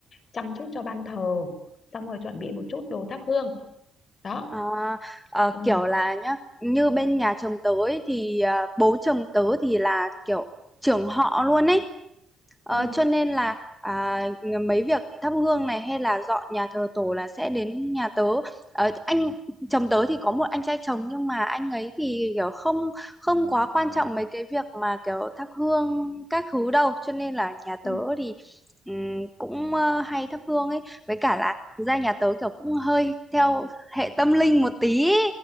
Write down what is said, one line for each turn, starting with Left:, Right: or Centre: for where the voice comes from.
Left: chăm chút cho ban thờ xong rồi chuẩn bị một chút đồ thắp hương đó
Centre: À, ờ,
Left: ừ
Centre: kiểu là nhá như bên nhà chồng tớ ấy, thì à, bố chồng tớ thì là kiểu trưởng họ luôn ấy Ờ,
Left: ừ
Centre: cho nên là à, mấy việc thắp hương này hay là dọn nhà thờ tổ là sẽ đến nhà tớ Ờ, anh chồng tớ thì có một anh trai chồng nhưng mà anh ấy thì kiểu không không quá quan trọng mấy cái việc mà kiểu thắp hương các thứ đâu cho nên là nhà
Left: ừ,
Centre: tớ thì ừm, cũng ờ, hay thắp hương ấy với cả là thực ra nhà tớ kiểu cũng hơi theo hệ tâm linh một tí ý.